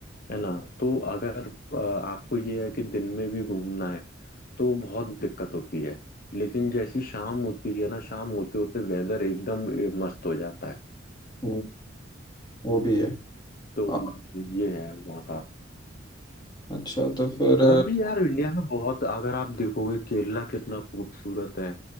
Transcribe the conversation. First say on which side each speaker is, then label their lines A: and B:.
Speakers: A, on the left (about 50°); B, on the left (about 25°).
A: है ना तो अगर अ, आपको ये है कि दिन में भी घूमना है तो बहुत दिक्कत होती है लेकिन जैसी शाम होती है ना शाम होते होते वेदर एकदम ए, मस्त हो जाता है
B: हम्म, वो भी है
A: तो
B: अ,
A: ये है वहाँ का
B: अच्छा तो फिर
A: और भी यार इंडिया में बहुत अगर आप देखोगे केरला कितना खूबसूरत है